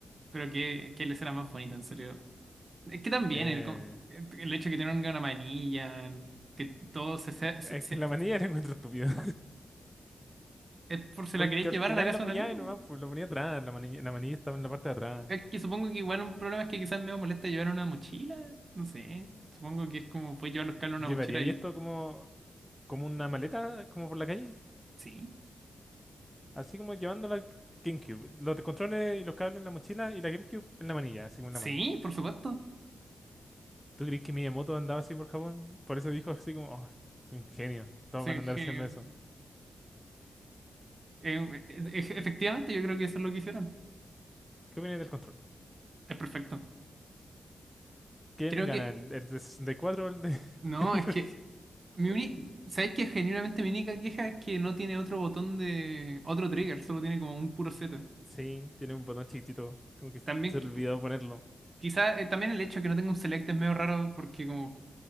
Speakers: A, on the right; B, in the centre.
A: Pero que, que les era más bonita, en serio. Es que también
B: Eh,
A: el, co- el hecho de que tenga una manilla, que todo se, se- se-
B: es
A: se-
B: que la manilla <laughs> la encuentro estúpida.
A: es
B: <laughs>
A: por si
B: Porque
A: la queréis llevar
B: al final
A: a la casa
B: la apoyaba
A: de un amigo.
B: y nomás pues, lo ponía atrás. La manilla, la manilla estaba en la parte de atrás.
A: Es que supongo que igual un problema es que quizás me molesta llevar una mochila. No sé. Supongo que es como fue llevar los cables en una
B: ¿Llevaría
A: mochila y.
B: y esto como, como una maleta, como por la calle?
A: Sí,
B: Así como llevando la GameCube. Los controles y los cables en la mochila y la GameCube en la manilla, así como
A: sí,
B: en la mano.
A: por supuesto.
B: ¿Tú crees que Miyamoto andaba así por Japón? Por eso dijo así como, oh, soy un genio. Todos
A: Sí,
B: van a andar
A: que-
B: haciendo eso.
A: eh, eh, efectivamente, yo creo que eso es lo que hicieron.
B: ¿Qué opinas del control?
A: Es perfecto.
B: ¿Quién
A: Creo
B: gana?
A: que.
B: ¿El, el de 64? o el de-
A: No,
B: <laughs> el
A: es
B: de-
A: que. Mi uni- ¿Sabes qué? Genuinamente mi única queja es que no tiene otro botón de. otro trigger, solo tiene como un puro Z.
B: Sí, tiene un botón chiquitito. Como que
A: También
B: se olvidó ponerlo.
A: Quizá eh, también el hecho de que no tenga un Select es medio raro porque como